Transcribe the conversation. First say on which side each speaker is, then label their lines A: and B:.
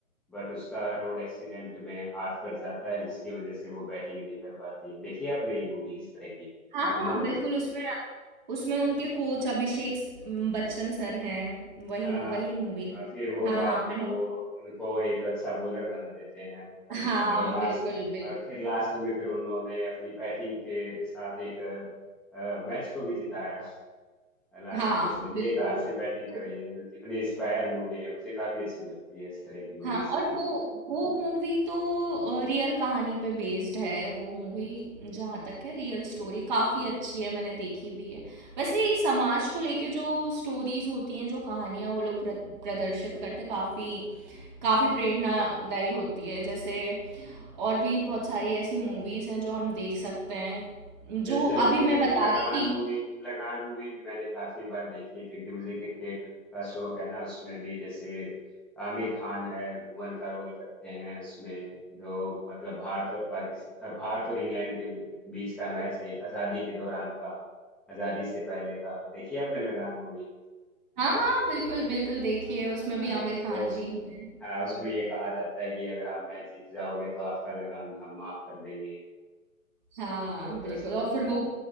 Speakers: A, in the centre; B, on the right.
A: बट उसका रोड एक्सीडेंट में हाथ कट जाता है जिसकी वजह से वो बैटिंग नहीं कर पाती देखिए आपने ये मूवी इस तरह की
B: हाँ,
A: घूमर
B: हाँ, बिल्कुल
A: नाम
B: उसमें उसमें उनके कोच अभिषेक स बच्चन सर हैं, वही
A: हाँ हाँ
B: वही मूवी ना?
A: और फिर वो
B: हाँ,
A: बाद
B: हाँ,
A: में
B: मैंने
A: वो उनको एक अच्छा बॉलर बना देते हैं और,
B: हाँ,
A: और लास्ट
B: बिल्कुल, बिल्कुल।
A: और फिर लास्ट में फिर उन्होंने अपनी बैटिंग के साथ एक मैच को भी जिताया लास्ट
B: हाँ,
A: में उसने
B: बिल्कुल।
A: एक हाथ से बैटिंग कर
B: तो
A: रही है कितनी इंस्पायर मूवी है मुझे काफी अच्छी लगती है इस तरह की मूवीज
B: हाँ, और वो वो मूवी तो अ, रियल कहानी पे बेस्ड है वो मूवी जहाँ तक है रियल स्टोरी काफ़ी अच्छी है मैंने देखी भी है। वैसे ये समाज को लेके जो स्टोरीज होती हैं जो कहानियाँ वो लोग प्र, प्रदर्शित करते हैं काफ़ी काफ़ी प्रेरणादायी होती है। जैसे और भी बहुत सारी ऐसी मूवीज़ हैं जो हम देख सकते हैं। जो
A: जैसे मुझे
B: अभी मैं बता
A: लगान
B: रही थी
A: मूवी लगान मूवी भी मैंने काफी बार देखी है क्योंकि मुझे क्रिकेट का शौक है ना उसमें भी जैसे आमिर खान है भुवन का रोल करते हैं उसमें जो मतलब भारत और पाकिस्तान भारत और इंग्लैंड के बी- बीच का मैच है आजादी के दौरान का आजादी से पहले का देखिए आपने लगान मूवी
B: हाँ, हाँ, बिल्कुल, बिल्कुल देखिए उसमें
A: हाँ
B: भी आमिर खान
A: वो उसमें
B: जी हैं,
A: हाँ
B: बिल्कुल।
A: उसमें ये कहा जाता है कि अगर आप मैच जीत जाओगे तो आपका लगान हम माफ कर देंगे
B: हाँ,
A: तो फिर
B: बिल्कुल
A: उसमें
B: और फिर
A: हाँ
B: वो